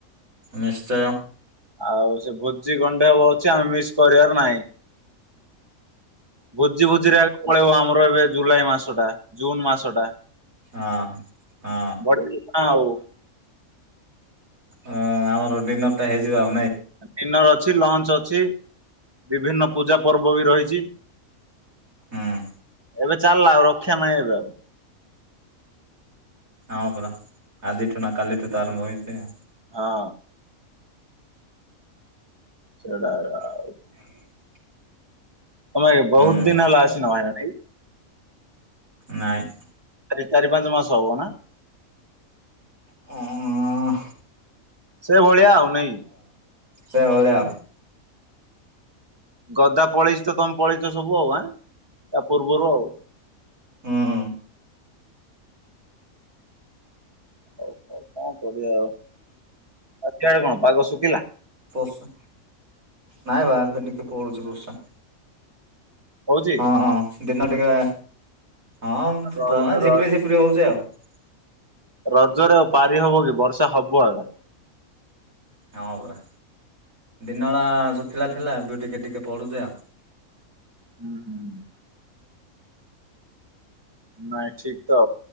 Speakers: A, on the right; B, on the right.
A: ନିଶ୍ଚୟ।
B: ଆଉ ସେ ଭୋଜି ଗଣ୍ଡେ ହବ ଅଛି ଆମେ ମିସ୍ କରିବାର ନାହିଁ। ଭୋଜି ଭୋଜିରେ ଆଗ ପଳେଇବ ଆମ ଆମର ଏବେ ଜୁଲାଇ ମାସଟା ଜୁନ୍ ମାସଟା
A: ହଁ ହଁ
B: ବଢ଼ି ଆ ଉ
A: ହଁ ଆମର ଡିନର ଟା ହେଇଯିବ ଆ
B: ଡିନର ଅଛି, ଲଞ୍ଚ ଅଛି, ବିଭିନ୍ନ ପୂଜା ପର୍ବ ବି ରହିଛି।
A: ହୁଁ।
B: ଏବେ ଚାଲିଲା ଆଉ ରକ୍ଷା ନାହିଁ ଏବେ ଆଉ।
A: ହଁ ପରା ଆଜିଠୁ ନା କାଲିଠୁ ତ ଆରମ୍ଭ ହେଇଛି ଆ ।
B: ହଁ। ସେଇଟା ଆ
A: <inaudible>
B: ତମେ ବହୁତ
A: ହୁଁ
B: ଦିନ ହେଲା ଆସିନ <unintelligible>
A: ନାଇଁ
B: ଚାରି ଚାରି ପାଞ୍ଚ ମାସ ହବ ନା?
A: ହଁ ଅ-ଅ-ଅ
B: ସେ ଭଳିଆ ଆଉ ନାଇ।
A: ସେ ଭଳିଆ।
B: ଗଦା ପଳେଇଛି ତ ତମେ ପଳେଇଛ ସବୁ ଆଉ ଆଁ, ତା ପୂର୍ବରୁ ଆଉ ।
A: ହୁଁ।
B: ହଉ ହଉ କଣ କରିବା ଆଉ। ଛତିଆର କଣ ପାଗ ଶୁଖିଲା?
A: ବର୍ଷା ନାଇଁ ବା ଏବେ ଟିକେ ପଡୁଛି ବର୍ଷା।
B: ହଉଛି
A: ହଁ ହଁ। ଏଇନା ଟିକେ ହଁ
B: ର
A: ପହ ଝିପିରି
B: ର
A: ଝିପିରି ହଉଚି ଆଉ ।
B: ରଜରେ ଆଉ ପାରି ହବ କି ବର୍ଷା ହବ ଆଗା।
A: ହଁ ପରା ଦିନବେଳା ଶୁଖିଲା ଥିଲା। ଏବେ ଟିକେ ଟିକେ ପଡୁଛି ଆଉ ।
B: ହୁଁ ହୁଁ ହୁଁ । ନାଇଁ ଠିକ ତ